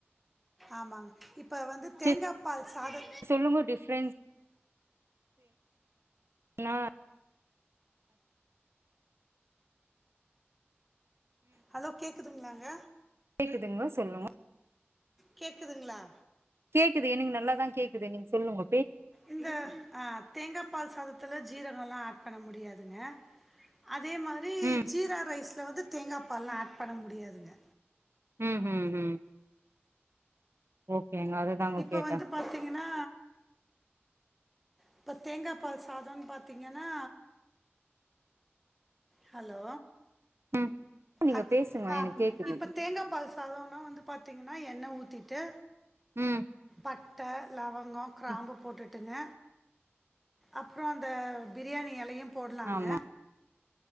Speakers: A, in the centre; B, on the right.
A: ஆமாங்க இப்ப வந்து தேங்காய்
B: செரி
A: பால் சாத
B: சொல்லுங்க டிஃப்ரென்ஸ் ந
A: ஹலோ கேக்குதுங்களாங்க
B: கேக்குதுங்கோ சொல்லுங்கோ
A: கேக்குதுங்களா
B: கேக்குது எனக்கு நல்லாதான் கேக்குது நீங்க சொல்லுங்கோ
A: இந்த ஆ தேங்காய் பால் சாதத்துல ஜீரகம் எல்லாம் ஆட் பண்ண முடியாதுங்க அதே மாதிரி
B: ம்
A: ஜீரா ரைஸில் வந்து தேங்காய் பாலலாம் ஆட் பண்ண முடியாதுங்க
B: ம் ம் ம் ஓக் கேங்க அது தாங்கக்கேட்ட
A: இப்ப வந்து பாத்தீங்கன்னா இப்ப தேங்காய பால் சாதம்னு பாத்தீங்கன்னா ஹலோ
B: ம் நீங்க
A: அ
B: பேசுங்க
A: ஆ
B: எனக்கு கேக்குது
A: இப்ப தேங்காய் பால் சாதம்னா வந்து பாத்தீங்கன்னா எண்ண ஊத்திட்டு
B: ம்
A: பட்டை லவங்கம் கிராம்பு
B: ம்
A: போட்டுட்டு ங்க அப்றம் அந்த பிரியாணி இலையு போடலாங்க
B: ஆமா